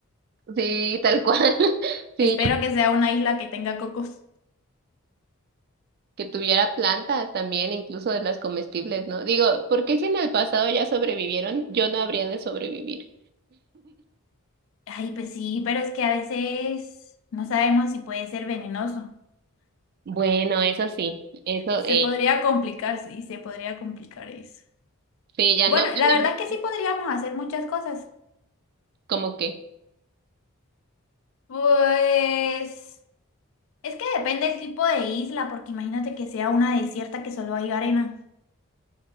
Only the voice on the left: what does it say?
<laughs>
Espero que sea una isla que tenga cocos.
Ay, pues sí, pero es que a veces no sabemos si puede ser venenoso.
Se
podría complicar, sí, se podría complicar eso.
Bueno,
la verdad que sí podríamos hacer muchas cosas.
Pues es que depende del tipo de isla, porque imagínate que sea una desierta que solo hay arena,